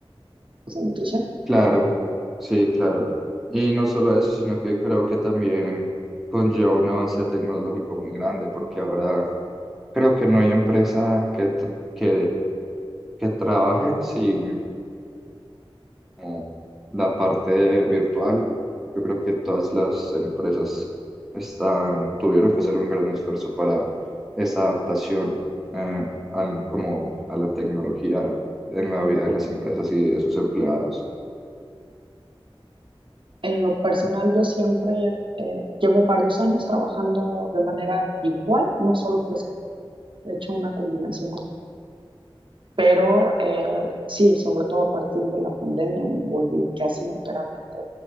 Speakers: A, on the right (about 60°); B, in the centre.
A: sin nutrición.
B: claro, sí, claro. Y no solo eso, sino que creo que también conlleva un avance tecnológico muy grande, porque ahora creo que no hay empresa que, tr- que, que trabaje sin como la parte virtual, yo creo que todas las empresas están, tuvieron que hacer un gran esfuerzo para esa adaptación eh, al- como a la tecnología en la vida de las empresas y de sus empleados.
A: En lo personal, yo siempre eh, llevo varios años trabajando de manera virtual, no solo por he hecho una combinación Pero eh, sí, sobre todo a partir de la pandemia me volví casi enteramente